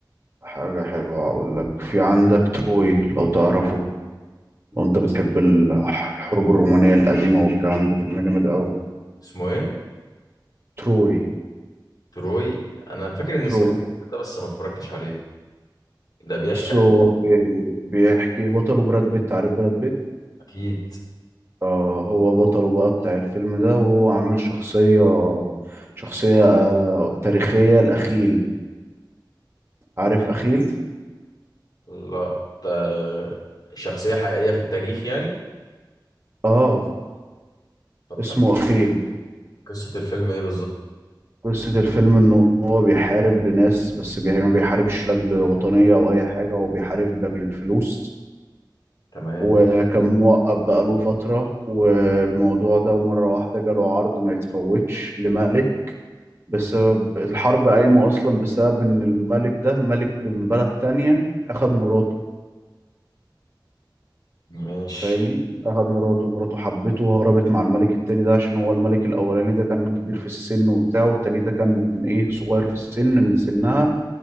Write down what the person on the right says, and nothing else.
حاجة حلوة اقول لك في عندك تروي لو تعرفه لو انت بتحب ال- الحروب الرومانية القديمة والكلام ده فيلم جامد اوي
تروي
تروي
بص هو
بي- بيحكي بطله براد بيت عارف براد بيت
آه هو بطله بقى بتاع الفيلم ده وهو عامل شخصية شخصية آه تاريخية الأخيل عارف أخيل
اه
اسمه أخيل
قصة الفيلم إن هو بيحارب لناس بس بي- يعني ما بيحاربش لأجل وطنية أو أي حاجة هو بيحارب لأجل الفلوس
وكان موقف بقاله فترة والموضوع ده ومرة واحدة جاله عرض ما يتفوتش لملك بسبب الحرب قايمة أصلا بسبب إن الملك ده ملك من بلد تانية أخد مراته
فاهمني؟ أخد مراته مراته حبته وهربت مع الملك التاني ده عشان هو الملك الأولاني ده كان كبير في السن وبتاع والتاني ده كان إيه صغير في السن من سنها